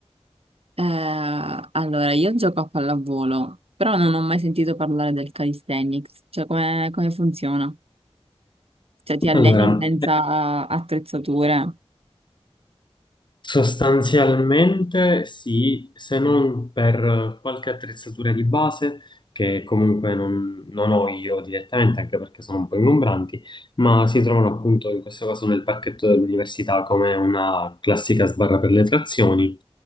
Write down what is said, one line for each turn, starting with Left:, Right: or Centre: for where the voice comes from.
Right: eh, allora io gioco a pallavolo, però non ho mai sentito parlare del calisthenics, cioè come, come funziona? Cioè ti alleni
Left: Allora,
Right: senza attrezzature?
Left: Sostanzialmente sì, se non per qualche attrezzatura di base che comunque non, non ho io direttamente, anche perché sono un po' ingombranti, ma si trovano appunto in questo caso nel parchetto dell'università come una classica sbarra per le trazioni